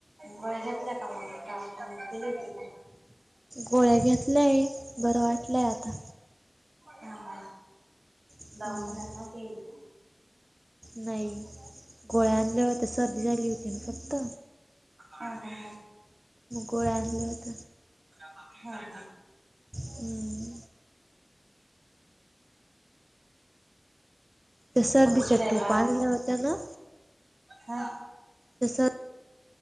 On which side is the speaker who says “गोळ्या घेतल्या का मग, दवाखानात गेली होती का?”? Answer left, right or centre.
Right